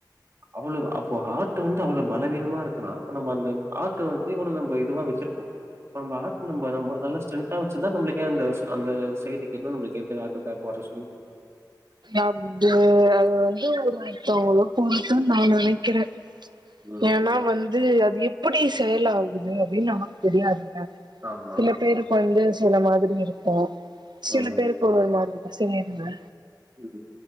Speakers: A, on the right; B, on the right.
A: அவ்வளவு அப்போ ஹாட்டு வந்து அவ்வளவு பலவீனமா இருக்கலாம் அப்ப நம்ம அந்த ஆட்டு வந்து இவ்வளவு நம்ம இதுவா வச்சிருக்கோ நம்ம ஹார்ட் நம்ம நம்ம நல்லா ஸ்ட்ரென்த் த்தா வச்சிருந்தா நம்மளுக்குயே அந்த அந்த செய்தி கேட்டோனா நம்மளுக்கு எதுக்கு ஹார்ட் அட்டாக் வர சொல்லு
B: அப்டி அது வந்து ஒரு ஒருத்தவங்கள பொருத்துனு நா நெனக்கிறே
A: ம்.
B: ஏன்னா வந்து அது எப்படி செயல் ஆகுது அப்படின்னு நமக்கு தெரியாதுல்ல
A: ஆமா.
B: சில பேருக்கு வந்து சில மாதிரி இருக்கும் சில
A: ஆமா.
B: பேருக்கு ஒரு ஒரு மாதிரி இரு சேரிம்பே
A: ம்